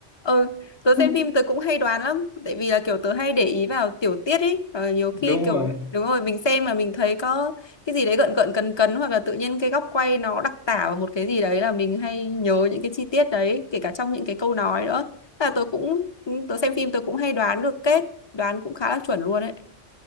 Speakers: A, on the left (about 25°); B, on the left (about 60°).
A: Ừ, tớ
B: <laughs>
A: xem phim tớ cũng hay đoán lắm tại vì là kiểu tớ hay để ý vào tiểu tiết ấy và nhiều khi
B: đúng
A: kiểu
B: rồi
A: đúng rồi mình xem mà mình thấy có cái gì đấy gợn gợn cấn cấn hoặc là tự nhiên cái góc quay nó đặc tả vào một cái gì đấy là mình hay nhớ những cái chi tiết đấy kể cả trong những cái câu nói nữa Thế là tớ cũng ừ, tớ xem phim tớ cũng hay đoán được kết đoán cũng khá là chuẩn luôn ấy